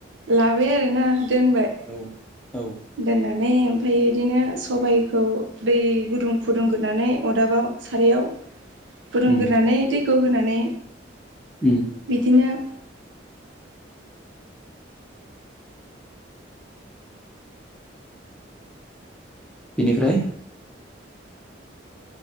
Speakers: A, on the right; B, in the centre.
A: लाबाय आरोना दोनबाय
B: औ औ
A: दोननानै ओमफाय इदिनो सबाइखौ दै गुदुं फुदुंग्रोनानै अरदाबाव सारायाव फुदुंग्रोनानै
B: उम
A: दैखौ होनानै
B: उम
A: बिदिनो
B: बेनिफ्राय